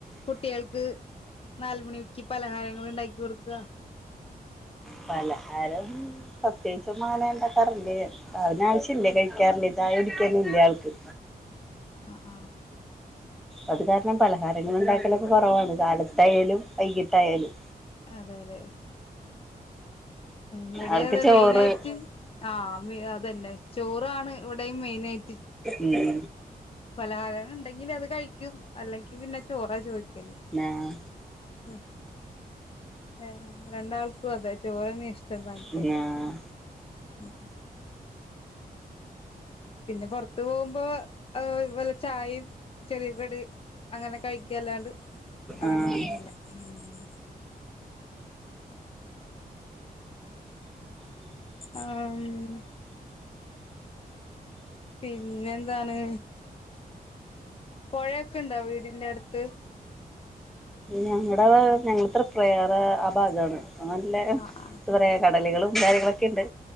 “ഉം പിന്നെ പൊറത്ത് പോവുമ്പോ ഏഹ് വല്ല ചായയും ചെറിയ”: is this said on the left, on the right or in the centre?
Left